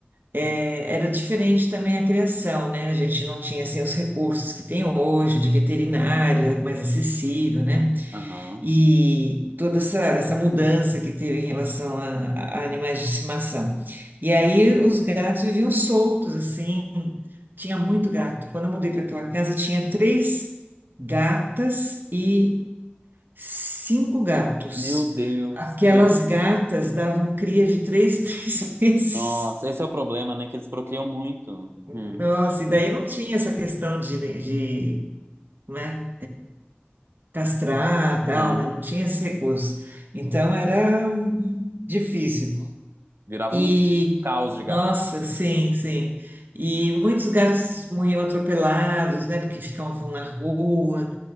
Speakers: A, on the right; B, on the right.
A: eh, era diferente também a criação, né? A gente não tinha assim, os recursos que tem hoje, de veterinária mais acessível, né?
B: Aham.
A: e toda essa, essa mudança que teve em relação a, a animais de estimação. E aí os gatos viviam soltos, assim, tinha muito gato. Quando eu mudei para aquela casa, tinha três gatas e cinco gatos.
B: Meu Deus,
A: Aquelas
B: que delícia.
A: gatas davam cria de três, <laughs> três meses.
B: Nossa, esse é o problema, né? Que eles procriam muito. Hum.
A: Nossa, e daí não tinha essa questão de, de, né, castrar,
B: Uhum.
A: tal, né? Não tinha esse recurso.
B: Hum.
A: Então era hum, difícil.
B: Virava
A: E,
B: um caos de
A: nossa,
B: gato.
A: sim, sim. E muitos gatos morriam atropelados, né? Porque ficavam na rua.